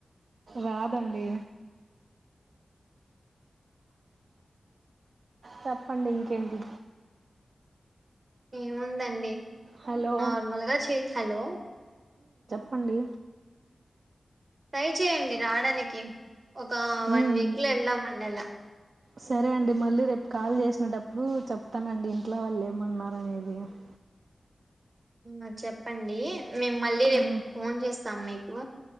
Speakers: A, on the right; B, on the right.
A: రాదండి చెప్పండి ఇంకేంటి
B: ఏముందండి
A: హలో
B: నార్మల్గా చే హలో
A: అండి
B: ట్రై చేయండి రావడానికి ఒక
A: ఉమ్
B: వన్ వీక్ లో వెళ్ళామ అండి అలా
A: సరే అండి మళ్ళీ రేపు కాల్ చేసినటప్పుడు చెప్తానండి ఇంట్లో వాళ్ళు ఏమన్నారునేది అవును
B: ఆ చెప్పండి మేము మళ్ళీ రేపు
A: ఉమ్
B: ఫోన్ చేస్తాం మీకు